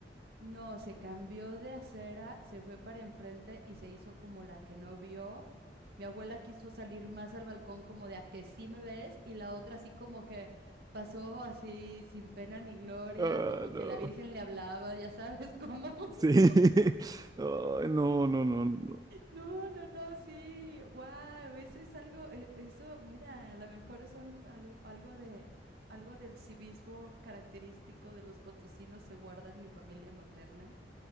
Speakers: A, on the right; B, on the right.
A: No, se cambió de acera, se fue para enfrente y se hizo como la que no vio. Mi abuela quiso salir más al balcón como de a que sí me ves y la otra así como que pasó así sin pena ni gloria,
B: Ah,
A: como
B: no.
A: que la Virgen le hablaba, ya sabes cómo. <laughs>
B: Sí. <laughs> Ay, no, no, no, no. no.
A: No, no, no, sí, wow, eso es algo, eh, eso, mira, a lo mejor son algo, algo de algo del civismo característico de los potosinos se guarda en mi familia materna.